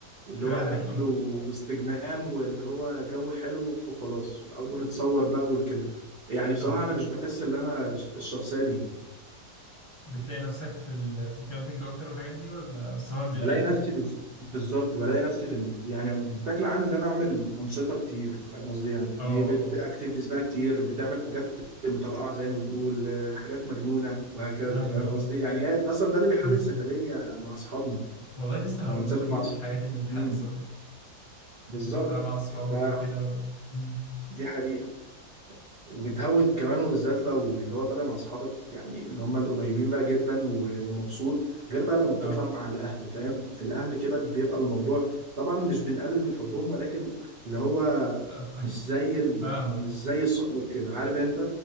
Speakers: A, on the right; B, on the left.
A: واللي
B: فعلا
A: هو اكل
B: اه
A: واستجمام واللي هو جو حلو وخلاص او نتصور بقى وكده يعني بصراحه
B: اه
A: انا مش بحس ان انا الشخصيه دي
B: بتلاقي نفسك في ال... في الكامبينج أكتر والحاجات دي ولا السهر بالليل؟
A: بلاقي نفسي بز- بالظبط بلاقي نفسي في ال... يعني بشكل عام ان انا اعمل انشطه كتير فاهم قصدي يعني
B: اه
A: بت
B: اه
A: اكتيفيتيز بقى كتير بتعمل حاجات مطرقعه زي ما بنقول آه، حاجات مجنونه وهكذا
B: أيوه
A: فاهم قصدي يعني هي اصلا ده اللي بيحل
B: <clears throat> مم.
A: السفريه مع اصحابنا
B: والله لسه
A: لما
B: هقول
A: بتسافر
B: لك
A: مع
B: هي دي
A: أص-
B: الحاجات اللي بتحلي
A: امم
B: السفر
A: بالظبط
B: إن أنت تبقى طالع مع أصحابك
A: فدي
B: وكده و... مم.
A: حقيقه بتهون كمان وبالذات لو اللي هو طالع مع اصحابك يعني اللي هم القريبين بقى جدا و- ومبسوط غير بقى لما بتطلع
B: اه
A: مع الاهل فاهم في الاهل كده بيبقى الموضوع طبعا مش بنقلل من حبهم ولكن اللي هو
B: ف- <laughs>
A: مش زي ال...
B: فاهمك
A: مش زي الصحاب كده عارف انت